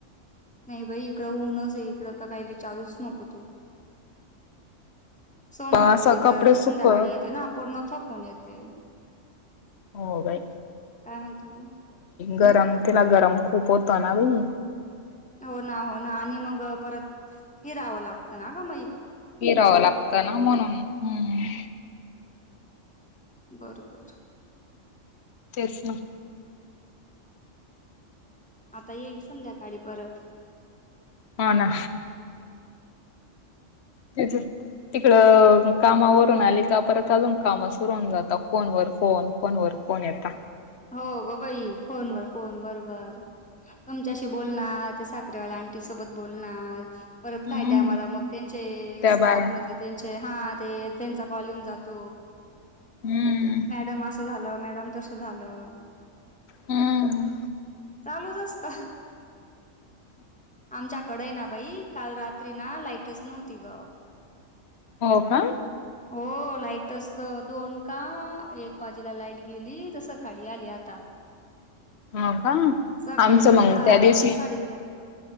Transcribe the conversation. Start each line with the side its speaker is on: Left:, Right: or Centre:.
Centre: नाही बाई इकडं ऊनच आहे इकडं तर काही विचारूच नको तो सोनाल
Left: असं
Centre: दि
Left: कपडे
Centre: तर
Left: सुक
Centre: संध्याकाळी येते ना पूर्णथकण येते
Left: हो बाय
Centre: काय म्हणतेी
Left: गरम तिला गरम खूप होत ना बई
Centre: हो ना हो ना आणि मग परत हिरावं लागतं ना ग म
Left: फिरावं लागतं ना म्हणून हम्म
Centre: बरं बर
Left: तेच ना
Centre: आता येईल संध्याकाळी परत
Left: हो ना तेज तिकड कामावरून आली तर परत अजून काम सुरून जातात फोनवर फोन फोनवर कोण येतता
Centre: हो ग बाई फोनवर फोन बरोबर तुमच्याशी बोलणार ते त्याला आणंटी सोबत बोलणार परत
Left: हम्म
Centre: काय टायमला मग त्यांचे
Left: त्या
Centre: स्टाफ
Left: बाया
Centre: मधले त्यांचे हा ते त्यांचा कॉल येऊन जातो त
Left: हम्म
Centre: मॅडम असं झालं मॅडम तस झालं
Left: हम्म
Centre: चालूच असत आमच्याकडे आहे ना भाई काल रात्री ना लाईटच नव्हती ग
Left: हो का
Centre: हो लाईटच दोन का एक वाजेला लाईट गेली तस सकाळी आली आता
Left: हो का
Centre: सकाळी
Left: आमचं
Centre: पण
Left: मग
Centre: दहा
Left: त्या दिवशी
Centre: कसाडे